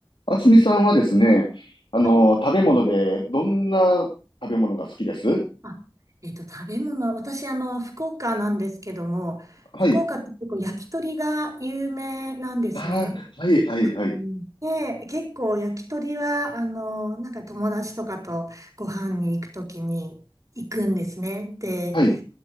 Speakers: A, on the left; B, on the right.
A: あつみさんはですね、あの、
B: はい
A: 食べ物で、どんな食べ物が好きです
B: あえっと、食べ物、私、あの、福岡なんですけども、
A: はい。
B: 福岡って結構焼き鳥が有名なんですね。
A: ああ、はい、はい、はい。
B: うん。で、結構焼き鳥は、あの、なんか友達とかとご飯に行くときに行くんですね。で
A: はい、